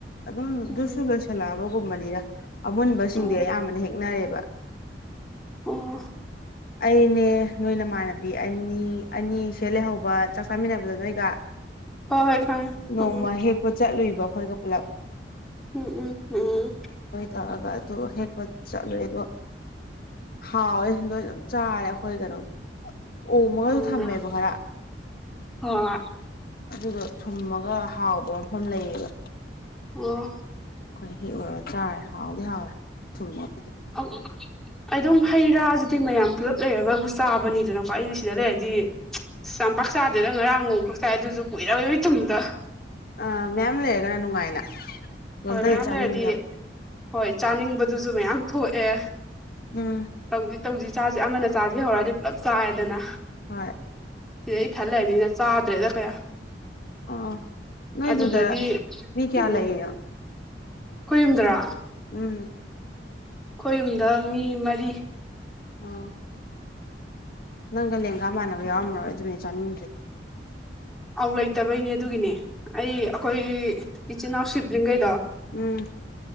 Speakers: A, on the left; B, in the centre.
A: ꯑꯗꯨꯝ
B: ꯎꯝ
A: ꯁꯨ ꯂꯣꯏꯁꯤꯜꯂꯛꯑꯕꯒꯨꯝꯕꯅꯤꯗ ꯑꯃꯨꯟꯕꯁꯤꯡꯗꯤ
B: ꯑꯣ
A: ꯑꯌꯥꯝꯕꯅ ꯍꯦꯛꯅꯔꯦꯕ
B: ꯑꯣ
A: ꯑꯩꯅꯦ ꯅꯣꯏ ꯅꯃꯥꯟꯅꯕꯤ ꯑꯅꯤ ꯑꯅꯤꯁꯦ ꯂꯩꯍꯧꯕ ꯆꯥꯛ ꯆꯥꯃꯤꯟꯅꯕꯗꯣ ꯅꯣꯏꯒ
B: ꯍꯣꯏ ꯍꯣꯏ ꯈꯪꯉꯦ
A: ꯅꯣꯡꯃ
B: ꯎꯝ
A: ꯍꯦꯛꯄ ꯆꯠꯂꯨꯏꯕ ꯑꯩꯈꯣꯏꯒ ꯄꯨꯂꯞ
B: ꯎꯝ ꯎꯝ ꯎꯝ
A: ꯇꯛꯑꯒ ꯑꯗꯨ ꯍꯦꯛꯄ ꯆꯠꯂꯦ ꯑꯗꯣ ꯍꯥꯎꯋꯦ ꯅꯣꯏ ꯑꯗꯨ ꯆꯥꯔꯦ ꯑꯩꯈꯣꯏ ꯀꯩꯅꯣ ꯑꯣꯝꯃꯒꯁꯨ
B: ꯎꯝ
A: ꯊꯝꯃꯦꯕ ꯍꯥꯏꯔ
B: ꯍꯣꯏ
A: ꯑꯗꯨꯒ ꯊꯨꯝꯃꯒ ꯍꯥꯎꯕ ꯃꯐꯝ ꯂꯩꯌꯦꯕ
B: ꯑꯣ
A: ꯑꯩꯈꯣꯏꯅ ꯍꯦꯛ ꯑꯣꯏꯔꯒ ꯆꯥꯔꯦ ꯍꯥꯎꯗꯤ ꯍꯥꯎꯋꯦ ꯊꯨꯝꯃ
B: ꯑꯗꯨ ꯑꯗꯨꯝ ꯍꯩ ꯔꯥꯁꯤꯗꯤ ꯃꯌꯥꯝ ꯄꯨꯂꯞ ꯂꯩꯔꯒꯕꯨ ꯆꯥꯕꯅꯤꯗꯅꯀꯣ ꯑꯩꯗꯤ ꯁꯤꯗ ꯂꯩꯔꯗꯤ ꯆꯝꯄꯥꯛꯥꯛ ꯆꯥꯗꯦꯗ ꯉꯔꯥꯡ ꯅꯣꯡꯈꯛ ꯆꯥꯏ ꯑꯗꯨꯁꯨ ꯀꯨꯏꯔꯔꯕꯏꯕ ꯇꯨꯝꯗ
A: ꯑ ꯃꯦꯝ ꯂꯩꯔꯒꯅ ꯅꯨꯡꯉꯥꯏꯅ ꯂꯣꯟꯇꯔꯤ
B: ꯍꯣꯏ ꯃꯌꯥꯝ
A: ꯆꯥꯅꯤꯡꯗꯕ
B: ꯂꯩꯔꯗꯤ ꯍꯣꯏ ꯆꯥꯅꯤꯡꯕꯗꯨꯁꯨ ꯃꯌꯥꯝ ꯊꯣꯛꯑꯦ
A: ꯎꯝ
B: ꯇꯧꯁꯤ ꯇꯧꯁꯤ ꯆꯥꯁꯦ ꯑꯃꯅ ꯆꯥꯁꯦ ꯍꯧꯔꯛꯑꯗꯤ ꯄꯨꯂꯞ ꯆꯥꯏꯗꯅ
A: ꯍꯣꯏ
B: ꯁꯤꯗꯩ ꯑꯩ ꯊꯜꯂꯛꯑꯅꯤꯅ ꯆꯥꯗ꯭ꯔꯦꯗ ꯀꯌꯥ
A: ꯑꯥ ꯅꯣꯏꯗꯨꯗ
B: ꯑꯗꯨꯗꯗꯤ
A: ꯃꯤ ꯀꯌꯥ
B: ꯎꯝ
A: ꯂꯩꯔꯤꯅꯣ
B: ꯑꯈꯣꯏꯌꯨꯝꯗꯔꯣ
A: ꯎꯝ
B: ꯈꯣꯏꯌꯨꯝꯗ ꯃꯤ ꯃꯔꯤ
A: ꯑ <unintelligible> ꯅꯪꯒ ꯂꯦꯡꯒꯥ ꯃꯥꯟꯅꯕ ꯌꯥꯎꯔꯝꯃꯔꯣꯏ ꯑꯗꯨꯅꯦ ꯆꯥꯅꯤꯡꯗ꯭ꯔꯤꯗ
B: ꯑꯧ ꯂꯩꯇꯕꯩꯅꯦ ꯑꯗꯨꯒꯤꯅꯦ ꯑꯩ ꯑꯩꯈꯣꯏ ꯏꯆꯤꯟꯜꯅꯥꯎ ꯁꯤꯕꯂꯤꯡꯒꯩ
A: ꯎꯝ